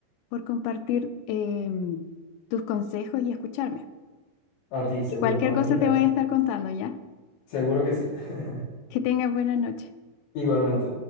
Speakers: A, on the left; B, on the left.
A: por compartir em, tus consejos y escucharme.
B: A ti, seguro,
A: Y cualquier
B: cuando
A: cosa
B: quieras.
A: te voy a estar contando, ¿ya?
B: Seguro que sí. <laughs>
A: Que tengas buena noche.
B: Igualmente.